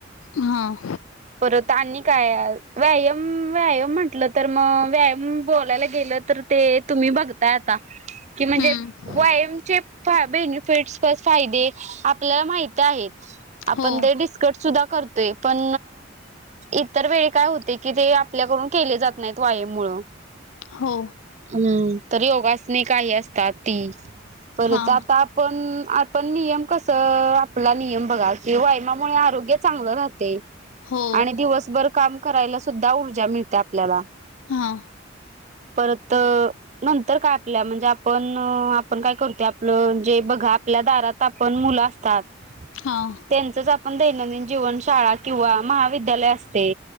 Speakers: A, on the left (about 80°); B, on the right (about 35°).
A: हां.
B: प्रातांनी काय व्यायाम व्यायाम म्हंटलं तर मग व्यायाम बोलायला गेलं तर ते तुम्ही बघताय आता कि म्हणजे
A: हम्म
B: व्यायामचे फाय बेनिफिटस फायदे आपल्याला माहित आहेत. आपण
A: हो
B: दोघीच कट सुद्धा करतोय पण इतर वेळ काय होते की ते आपल्याकडून केले जात नाही त वायाम मुळ
A: हो
B: हम्म तर योगासने काही असतात ती परत
A: हा
B: आता पण आपण नियम कस आपला नियम बघा कि व्यायामामुळे आरोग्य चांगलं राहते.
A: हो
B: आणि दिवसभर काम करायला सुद्धा ऊर्जा मिळते आपल्याला
A: हा
B: परत नंतर काय आपल्या म्हणजे आपण आपण काय करत आपलं जे बघा आपल्या दारात आप पण मुलं असतात
A: हां
B: त्यांचच आपण दैनंदिन जीवन शाळा किंवा महाविद्यालय असते.